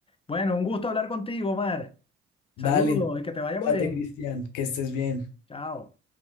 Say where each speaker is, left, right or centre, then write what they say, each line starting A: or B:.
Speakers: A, on the left; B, on the left.
A: Bueno, un gusto hablar contigo, Omar.
B: Dale,
A: Saludos y que te vaya
B: date,
A: muy bien.
B: Cristian, que estés bien.
A: Chao.